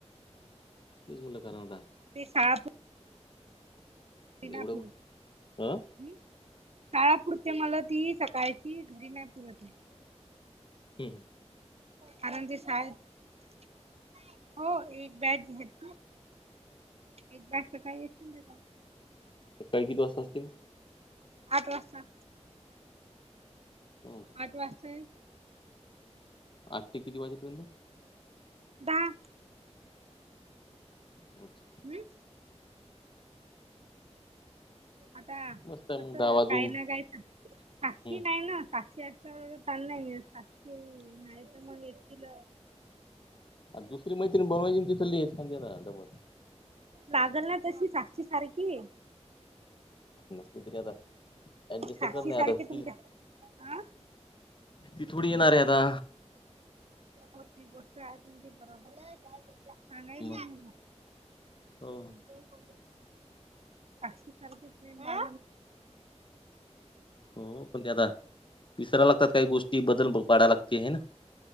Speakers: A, on the left; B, on the right.
A: तेच म्हणलं कारण आता
B: ते साप सिनापूर
A: एवढं उश- अं?
B: ह् शळा पुरते मला ती सकाळची घरी नाही पुरतली नाही
A: ह ह
B: कारण ते शाळत हो एक बॅघ घेत तू एक सकाळ एक संध्याकाळ
A: सकाळी किती वाजता असते
B: आठ वाजता
A: हो
B: आठ वाजता येऊ
A: आठ ते किती वाजेपर्यंत
B: दहा
A: अच्छा
B: हम्म आता
A: मस्त आहे
B: कस
A: मग दहा वाजून
B: काय ना काय साक्षी
A: हम्म.
B: ना साक्षी साक्षी नाही तर मग एक किल
A: दुसरी मैत्रि बनयची तीचाली आहेसबर
B: लागल ना तशी साक्षी सारखी
A: नसली तरी आता ऍडजस्ट
B: साक्षी
A: करत नाही
B: सारखे
A: आता ती
B: तुमच्या हं
A: ती थोडी येणार आहे आता
B: होती गोष्ट हाय तुमची बरोबर सागाली
A: मग
B: मी
A: हो
B: ह साक्षीसारखीच ट्रेन ना
A: हो पण त्या आता विसरायला लागतात काही गोष्टी बदल भो पाडाय लागते आहे ना